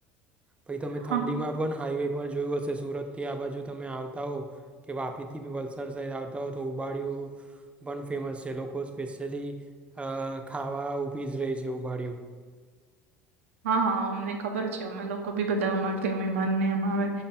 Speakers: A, on the right (about 15°); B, on the right (about 90°).
A: પછી તમે
B: હા,
A: ઠંડીમાં પણ હાઈવે પણ જોયું હશે સુરતથી આ બાજુ તમે આવ આવતા હો કે વાપીથી બી વલસાડ સાઈડ આવતા હો તો ઉબાડિયુ પણ ફેમસ છે લોકો સ્પેશિયલી ખાવા ઊભી જ રેય છે ઉબાડિયુ.
B: હા હા અમને ખબર છે અમે લોક લોકો બી બધાવા માટે મેહમાનને અમ આવે